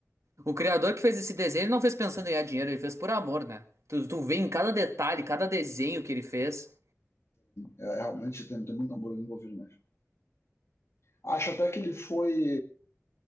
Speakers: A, on the right (about 75°); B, on the left (about 60°).
A: O criador que fez esse desenho, ele não fez pensando em ganhar dinheiro, ele fez por amor, né? Tu, tu vê em cada detalhe, cada desenho que ele fez.
B: é realmente tem, tem muito amor envolvido mesmo. Acho até que ele foi